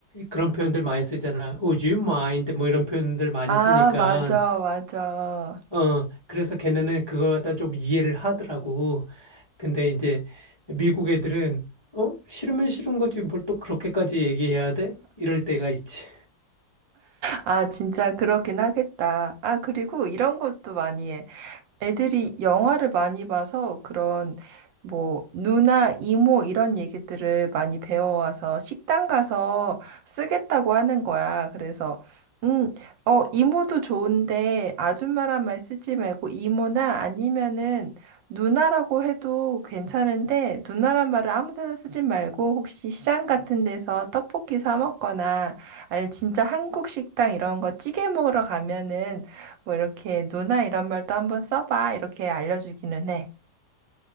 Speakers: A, on the left (about 30°); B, on the right (about 80°).
A: 그런 표현들 많이 쓰잖아. Would you mind? 뭐 이런 표현들 많이
B: 아,
A: 쓰니까.
B: 맞아, 맞아.
A: 어, 그래서 걔네는 그거 갖다 좀 이해를 하더라고. 근데 이제 미국 애들은, 어? 싫으면 싫은 거지. 뭘 또 그렇게까지 얘기해야 돼? 이럴 때가 있지.
B: 아, 진짜 그렇긴 하겠다. 아, 그리고 이런 것도 많이 해. 애들이 영화를 많이 봐서 그런 뭐 누나, 이모 이런 얘기들을 많이 배워와서 식당 가서 쓰겠다고 하는 거야. 그래서 음, 어, 이모도 좋은데 아줌마란 말 쓰지 말고 이모나 아니면은 누나라고 해도 괜찮은데 누나란 말을 아무 데나 쓰지 말고 혹시 시장 같은 데서 떡볶이 사 먹거나 아니면 진짜 한국 식당 이런 거 찌개 먹으러 가면은 뭐 이렇게 누나 이런 말도 한번 써봐 이렇게 알려주기는 해.